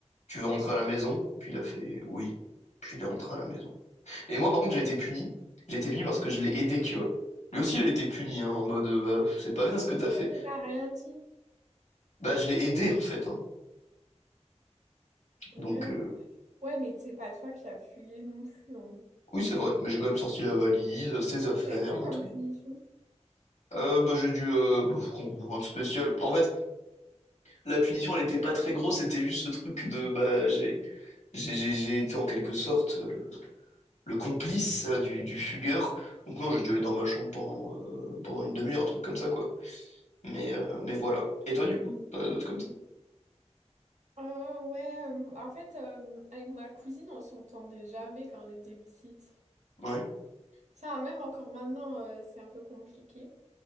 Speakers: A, on the left; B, on the right.
A: tu veux rentrer à la maison? Puis il a fait oui. Puis il est rentré à la maison. Et moi par contre j'ai été puni. J'ai été puni parce que je l'ai aidé, tu vois. Lui aussi il a été puni hein, en mode euh, bah c'est pas bien ce que t'as
B: Ouais,
A: fait.
B: parce que t'as rien dit.
A: Bah je l'ai aidé en fait hein.
B: Ouais.
A: Donc euh,
B: Ouais, mais c'est pas toi qui as fugué non plus. hein.
A: oui c'est vrai, mais j'ai quand même sorti la valise, ses affaires,
B: Et T'as eu quoi
A: on
B: comme
A: a tout.
B: punition?
A: Euh, bah, j'ai dû euh, bah, faut qu'on- faut rendre spécial. En fait, la punition, elle était pas très grosse, c'était juste ce truc de bah j'ai j'ai j'ai j'ai été en quelque sorte le, le complice euh, du, du fugueur. Donc non, j'ai dû aller dans ma chambre pendant euh, pendant une demi-heure, un truc comme ça quoi. Mais euh, mais voilà. Et toi du coup, t'en as d'autres comme ça?
B: Euh, ouais, euh, en fait, euh, avec ma cousine, on s'entendait jamais quand on était petite.
A: Ouais.
B: Ça, même encore maintenant, euh, c'est un peu compliqué.